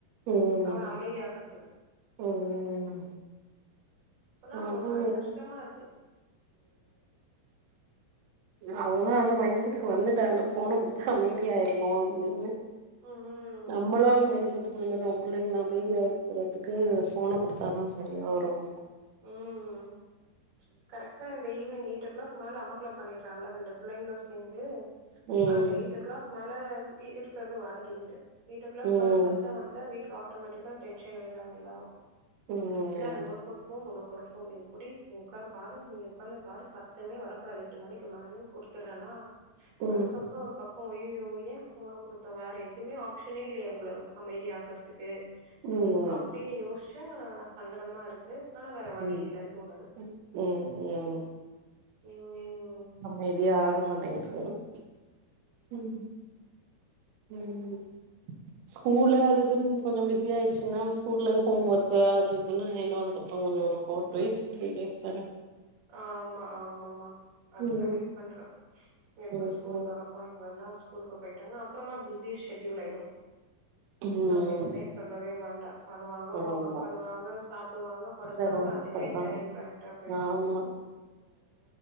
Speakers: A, on the right; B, on the right.
A: ம்
B: அவன அமைதி ஆக்கறதுக்கு
A: ம்
B: இப்பல்லா
A: அது
B: ஒரு மாரி கஷ்டமா இருக்கு
A: அவுங்களா அந்த மைண்ட் செட்டுக்கு வந்துட்டாங்க ஃபோன குடுத்தா அமைதியாயிறனும் அப்டின்னு
B: ம் ம்
A: நம்பளும் அந்த மைண்ட செட் <unintelligible> புள்ளைங்கள அமைதியாக்குறதுக்கு ஃபோன குடுத்தாதான் சரியா வரும்
B: ம் ப்ச் கரெக்டா அந்த ஈவ்னிங் எயிட் ஓ கிளாக் மேல அம்மா <unintelligible> பன்னீர் நாங்லா ரெண்டு பிள்ளைங்களும் சேந்து
A: ம்
B: அந்த எயிட் ஓ கிளாக் மேல இருக்கறது வாடகை வீடு எயிட் ஓ கிளாக்
A: ம்
B: மேல சத்த வந்தா வீட்ல ஆ ஆட்டோமேட்டிகா டென்ஷன் ஆயிறாங்க எல்லாரும்
A: ம்
B: இந்தா ஓ கொஸ் ஃபோன் உனக்கு ஒரு ஃபோன் இப்படி உட்காரு பாரு உக்கந்து பாரு சத்தமே வரக்கூடாது எட்டு மணிக்கு மேலும் கொடுத்து த்துறனா
A: ம்
B: அதுக்கப்புறம் ஒரு பக்க ஐய்யயோ ஏன் ஃபோன கொடுத்தோம் வேற எதுவுமே ஆப்ஷனே இல்லையே உங்கள அமைதி ஆக்குறதுக்கு
A: ம்
B: அப்டின்னு யோசி ச்ச சங்கடமா இருக்கு ஆனா வேற வழி
A: ம்
B: இல்லன்னு தோணுது
A: ம் ம்
B: ம்
A: ஆமா இது ஆகமாடேங்குது ம் ம் ம் ஸ்கூல்ல அது இதுன் கொஞ்ச பிஸி ஆயச்சுங்கன்னா ஸ்கூல்ல ஹோம் ஒர்க்க அது இதுன்னு எல்லாமே <unintelligible> கொஞ்சம் ஒரு த்ரீ டேஸ் தானே
B: ஆமா ஆமா மா அதுக்குதான்
A: ம்
B: வெயிட் பண்ற எப்போ
A: ம்
B: ஸ்கூல் தொரக்கும் மறுநா ஸ்கூல்க்கு போய்ட்டாங்கன்னா அப்றமா பிஸி செடியுல் ஆய்டும்
A: ம்
B: நம்ம எதுமே சொல்லவே வேண் வருவாங்க ஹோம்
A: ஆமா
B: ஒர்க் பண்ணுவாங்க சாப்டுவாங்க படுப்பாங்க
A: சிரமப்படுறாங்க
B: அதுக்கே டைம் கரெக்டா போயிடும்
A: ம்